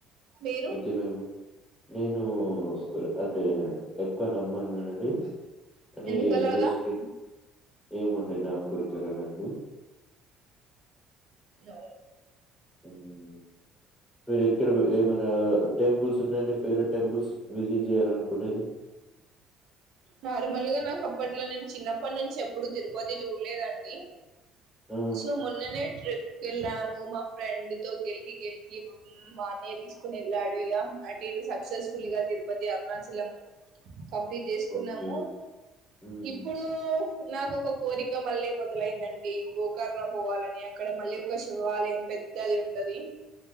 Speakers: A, on the right; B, in the centre.
A: మీరు
B: అయితే మేము నేను అంటే ఎక్కువ నమ్మను నేనండి అదీ
A: ఎందుకలాగా
B: జస్కి ఏముంది న కొరికలేనండి
A: న
B: ఊమ్ మీరు ఎక్కడ ప ఏమనా టెంపుల్స్ ఉన్నాయండి ఫేవరేట్ టెంపుల్స్ విజిట్ చేయాలనుకునేది
A: నార్మల్గా నాకు అప్పట్లో నేను చిన్నప్పటి నుంచి ఎప్పుడు తిరుపతి జూడలేదండి.
B: ఆ!
A: సో మొన్ననే ట్రిప్ కెళ్ళాము మా ఫ్రెండ్ తో గెలికి గెలికి మా అన్నయ తీసుకొని ఎళ్ళాడు ఇగ, అటు ఇటు సక్సెస్ఫుల్ గా తిరుపతి, అరుణాచలం కంప్లీట్ జే. కున్నాము
B: ఓకే. హుహు.
A: ఇప్పుడు నాకు ఒక కోరిక మళ్ళీ మొదలైందండి. గోకర్ణ పోవాలని అక్కడ మళ్ళీ ఒక శివాలయం పెద్దది ఉంటది.